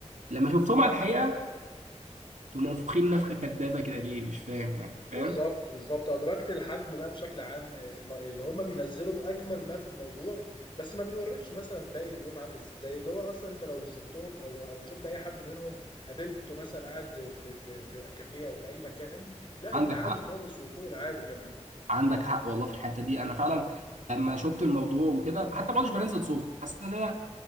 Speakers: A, on the right; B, on the left.
A: لما شفتهم على الحقيقه دول منفوخين نفخه كدابه كده ليه مش فاهم يعني فاهم
B: بالظبط بالظبط ادركت الحجم بقى بشكل عام الم- اللي هم بينزلوا اجمل ما في الموضوع بس ما بيوريكش مثلا باقي اليوم عامل ازاي اللي هو اصلا انت لو شفتهم او او شفت اي حد منهم قابلته مثلا قاعد في في في كافيه او في اي مكان لا
A: عندك
B: انت عادي
A: حق
B: خالص وفوق العادي كمان
A: عندك حق والله في الحته دي انا فعلا لما شفت الموضوع وكده حتى ما كنتش بنزل صور حسيت ان انا